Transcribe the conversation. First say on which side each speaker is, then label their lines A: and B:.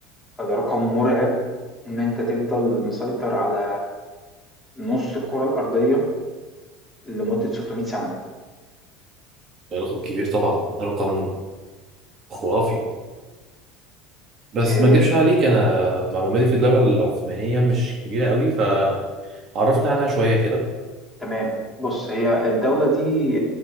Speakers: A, in the centre; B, on the right (about 40°).
A: فده رقم مرعب إن أنت تفضل مسيطر على نص الكرة الأرضية لمدة 600 سنة
B: ده رقم كبير طبعا ده رقم خرافي بس
A: مم.
B: ما اكدبش عليك انا معلوماتي في الدولة العثمانية مش كبيرة قوي فعرفنا عنها شوية كده
A: تمام بص هي الدولة دي